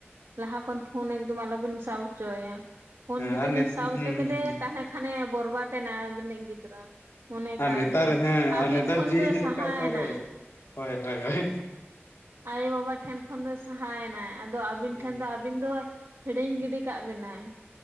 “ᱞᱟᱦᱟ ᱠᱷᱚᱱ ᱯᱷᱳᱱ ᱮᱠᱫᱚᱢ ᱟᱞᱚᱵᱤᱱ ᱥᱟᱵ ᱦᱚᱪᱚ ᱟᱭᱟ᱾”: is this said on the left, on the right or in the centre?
Right